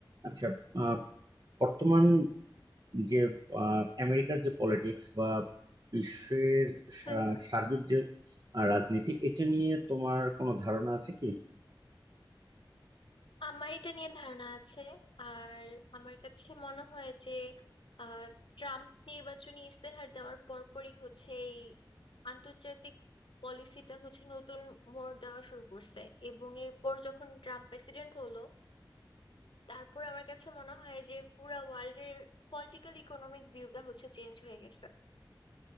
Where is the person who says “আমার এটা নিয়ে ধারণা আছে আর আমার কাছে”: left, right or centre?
Left